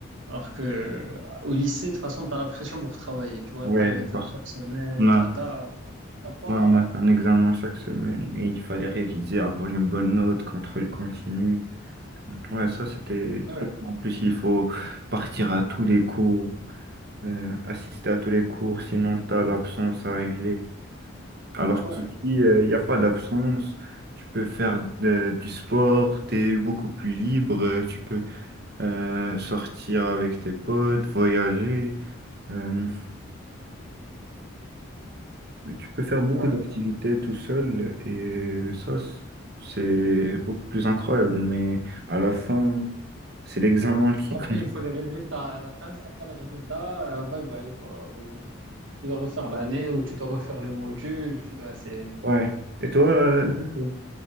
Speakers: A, on the right (about 65°); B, on the right (about 50°).
A: Alors que euh, au lycée, de toute façon, t'as la pression pour travailler. Tu vois,
B: ouais,
A: t'as un examen
B: parce
A: chaque semaine,
B: qu'on a,
A: t'as, t'as, t'as pas.
B: ouais, on a un examen chaque semaine et il fallait réviser, avoir une bonne note, contrôle continu. Ouais, ça c'était
A: Ouais,
B: trop. En plus, il faut partir à tous les cours, euh, assister à tous les cours, sinon t'as l'absence à régler. Alors
A: ouais,
B: Kiki, il n'y a pas d'absence, tu peux faire de- du sport, tu es beaucoup plus libre, euh, tu peux euh, sortir avec tes potes, voyager, euh, tu peux faire beaucoup
A: ouais.
B: d'activités tout seul et ça, c- c'est beaucoup plus incroyable, mais à la fin, c'est l'examen qui
A: À la
B: compte.
A: fin, il faut les résultats. À la fin, si t'as pas les résultats, euh, bye bye, quoi. Ou tu dois refaire l'année, ou tu dois refaire le module, tu dois, c'est
B: Ouais. Et toi, euh,
A: compliqué.